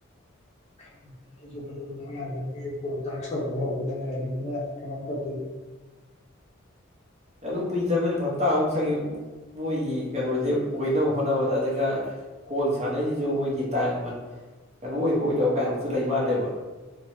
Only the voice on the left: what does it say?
ꯈꯦ ꯑꯩ ꯑꯉꯥꯡꯗꯒꯤꯣꯜ ꯇꯥꯛꯁ ꯇꯧꯕ ꯍꯧꯕꯗ ꯉꯥꯏꯔꯤꯅꯤꯅ ꯀꯃ ꯀꯗꯤ